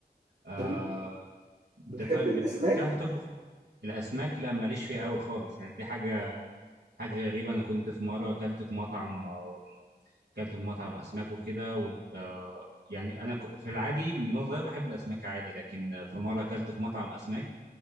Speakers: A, on the right; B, on the right.
A: آه،
B: طب بتحب
A: انت طيب
B: الأسماك
A: بت- بتعرف تطبخ الاسماك لا ماليش فيها قوي خالص يعني دي حاجه حاجه غريبه انا كنت في مره اكلت في مطعم آه، اكلت في مطعم اسماك وكده وال- آه، يعني انا ك- في العادي من وانا صغير بحب الاسماك عادي لكن آه، في مره اكلت في مطعم اسماك